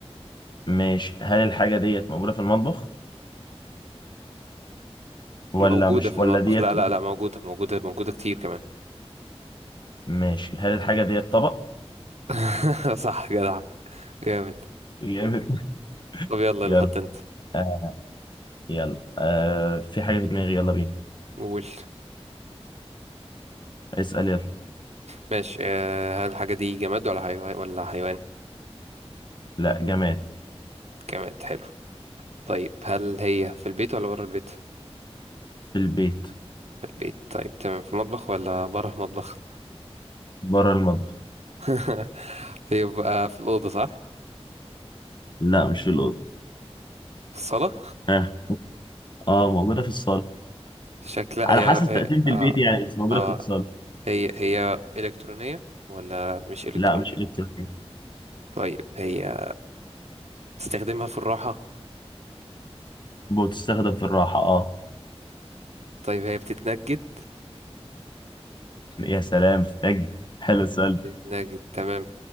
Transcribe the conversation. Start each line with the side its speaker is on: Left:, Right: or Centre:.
Left: ماشي هل الحاجة ديت موجودة في المطبخ ولا
Right: موجودة
Left: مش
Right: في
Left: ولا
Right: المطبخ
Left: ديت
Right: لا لا
Left: جو-
Right: لا موجودة موجودة موجودة كتير كمان
Left: ماشي هل الحاجة ديت طبق
Right: <laughs> صح جدع جامد
Left: جامد <laughs>
Right: طب يلا يلا
Left: يلا
Right: حط انت
Left: آه يلا آه في حاجة في دماغي يلا بينا
Right: قول
Left: اسأل يلا
Right: ماشي آه، هل الحاجة دي جماد ولا حيوان ولا حيوان
Left: لا جماد
Right: جماد حلو طيب هل هي في البيت ولا بره البيت
Left: في البيت
Right: في البيت طيب تمام في المطبخ ولا بره المطبخ
Left: بره المطبخ
Right: <laughs> يبقى في الأوضة صح
Left: لا مش في الأوضة
Right: في الصالة
Left: اه اه موجودة في الصالة
Right: شكلها
Left: على
Right: هي
Left: حسب
Right: هي-
Left: تقديم
Right: آه
Left: البيت يعني بس موجودة
Right: آه
Left: في الاتصال
Right: آه، هي هي إلكترونية ولا مش إلكترونية
Left: لا مش إلكترونية
Right: طيب هي تستخدمها في الراحة
Left: بتستخدم في الراحة اه
Right: طيب هي بتتنجد
Left: يا سلام نجد حلو السؤال ده
Right: نجد تمام